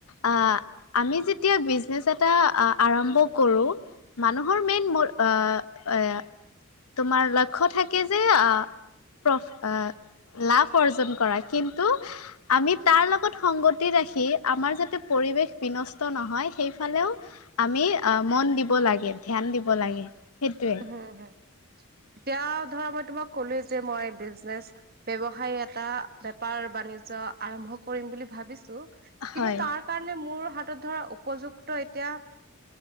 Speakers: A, on the left; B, on the right.
A: আ আমি যেতিয়া বিজনেজ এটা হা আ আৰম্ভ কৰো মানুহৰ মেইন মোৰ আ এ তোমাৰ লক্ষ্য থাকে যে আহ প্ৰফ লাভ অৰ্জন কৰা কিন্তু আমি তাৰ লগত সংগতি ৰাখি আমাৰ যাতে পৰিৱেশ বিনষ্ট নহয় সেইফালে, আমি আহ মন দিব লাগে ধ্যান দিব লাগে। সেইটোৱে
B: হুম হুম।
A: <inaudible>
B: এতিয়া ধৰা মই তোমাক ক'লোৱে যে মই বিজনেচ ব্যৱসায় এটা বেপাৰ বাণিজয়। আৰম্ভ কৰিম বুলি ভাবিছো কিন্তু
A: হয়
B: তাৰ কাৰে মোৰ। হাতত ধৰা উপযুক্ত এতিয়া